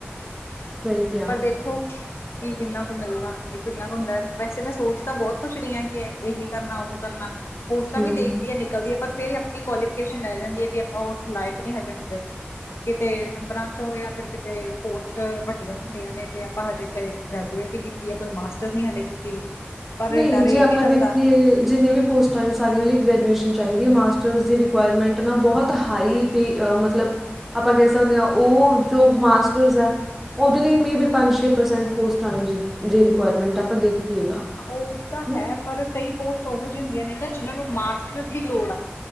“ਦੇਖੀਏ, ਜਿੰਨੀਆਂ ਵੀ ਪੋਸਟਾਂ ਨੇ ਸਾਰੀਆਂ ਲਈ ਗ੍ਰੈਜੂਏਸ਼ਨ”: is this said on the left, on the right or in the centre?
Centre